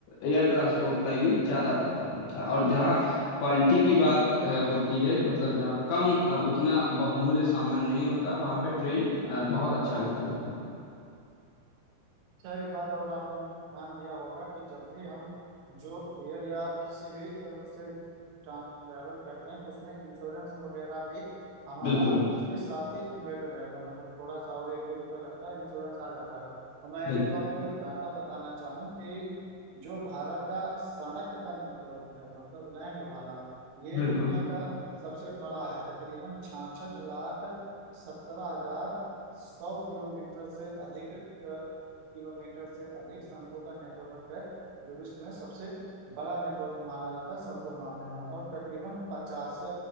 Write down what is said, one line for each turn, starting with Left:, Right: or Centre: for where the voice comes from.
Left: एयर ट्रांसपोर्ट का यूज ज्यादा बेहतर होता है और जहाँ क्वालिटी की बात अ, होती है मतलब जहाँ कम अ, उतना बहुमूल्य सामान नहीं होता वहाँ पे ट्रेन अ, बहुत अच्छा विकल्प है
Right: क्या एक बात और आपने ध्यान दिया होगा कि जब भी हम जो एयर या किसी भी अ, उससे ट्रैवल करते हैं तो उसमें इंश्योरेंस वगैरह भी हमारा
Left: बिल्कुल
Right: उसके साथ ही एम्बेडेड रहता है मतलब थोड़ा सा और एक दो रुपये लगता है इंश्योरेंस आ जाता है और मैं
Left: बिल्कुल
Right: अगर तो आपको एक डाटा बताना चाहूँ कि जो भारत का सड़क का नेटवर्क है मतलब लैंड वाला ये
Left: बिल्कुल
Right: दुनिया का सबसे बड़ा है तकरीबन छाछठ लाख सत्रह हजार सौ किलोमीटर से अधिक किलोमीटर से अधिक सड़कों का नेटवर्क है जो विश्व में सबसे बड़ा नेटवर्क माना जाता है सड़कों मामले में और तकरीबन पचास